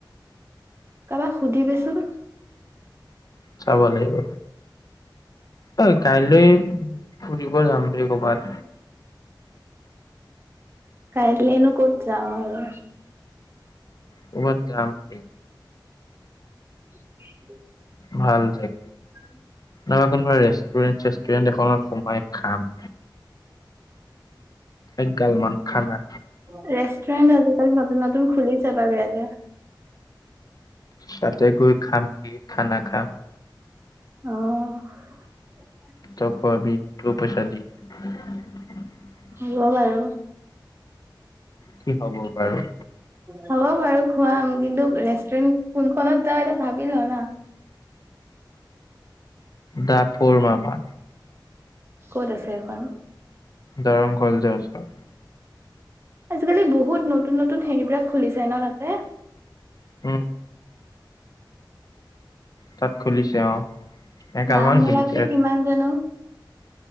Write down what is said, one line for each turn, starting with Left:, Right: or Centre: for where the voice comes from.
Right: কাবাক সুধিবিচোন!
Left: চাব লাগিব। অই ', কাইলৈ ফুৰিব যাম ৰে কবাত।
Right: কাইলেনো ক'ত যাও আৰু
Left: কবাত জামৰে,
Right: <unintelligible>
Left: ভাল জেগ,
Right: উম',
Left: নাইবা কোনবা ৰেষ্ট, ' ষ্টুৰেন্ত -চেষ্টুৰেণ্ট এখনত সোমাই, খাম। এক গাল মান খানা
Right: ৰেষ্টুৰেন্ট আজিকালি নতুন-নতুন খুলিছে বাৰু ইয়াতে।
Left: তাতে গৈ, খামগে খানা খাম।
Right: অ',
Left: তই', খোৱাবি তোৰ পইচা দি। <inaudible>
Right: হ'ল আৰু।
Left: কি হ'ব বাৰু?
Right: হ'ব বাৰু খুৱাম, কিন্তু ৰেষ্টুৰেণ্ট কোনখনত যাওঁ এতিয়া ভাবি ল', না',।
Left: দা', - ফৰ মামা।
Right: ক'ত আছে এখন?
Left: দৰং কলেজৰ ওচৰত।
Right: আজিকালি বহুত নতুন নতুন হেৰিবিলাক খুলিছে ন তাতে?
Left: উ তাত খুলিছে অ এগাল
Right: দাম
Left: মান
Right: বিলাকে
Left: খুলিছে।
Right: কিমান জানো